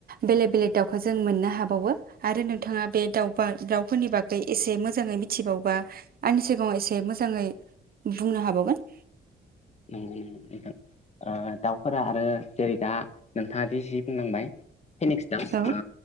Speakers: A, on the right (about 50°); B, on the left (about 35°).
A: बेलेग बेलेग दाउखौ जों मोननो हाबावो। आरो नोंथाङा बे दाउ दाउफोरनि बागै एसे मोजाङै मिथिबावबा आंनि सिगाङाव एसे मोजाङै बुंनो हाबावगोन।
B: नंगौ नंगौ नोंथां दाउफोरा आरो जेरै दा नोंथाङादि जि बुंलांबाय फिनिक्स दाउ
A: औ
B: ओ